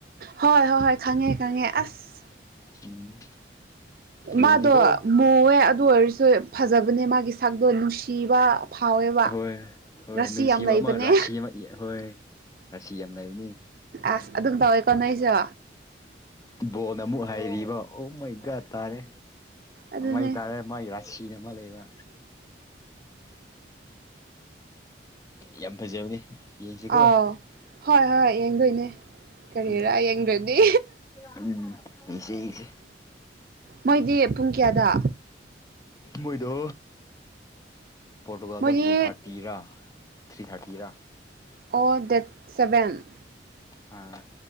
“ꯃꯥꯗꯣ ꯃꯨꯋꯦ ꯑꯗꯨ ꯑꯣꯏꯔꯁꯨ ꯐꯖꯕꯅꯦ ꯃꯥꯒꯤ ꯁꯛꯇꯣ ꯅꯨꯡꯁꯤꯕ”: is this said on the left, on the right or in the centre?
Right